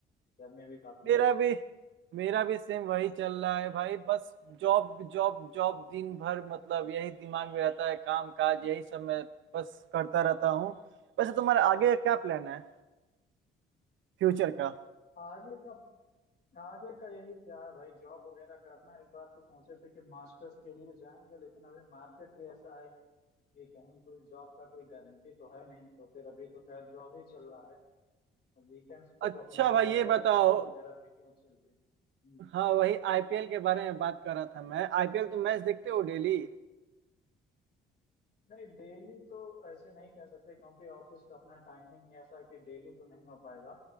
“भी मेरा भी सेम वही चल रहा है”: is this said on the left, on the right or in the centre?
Right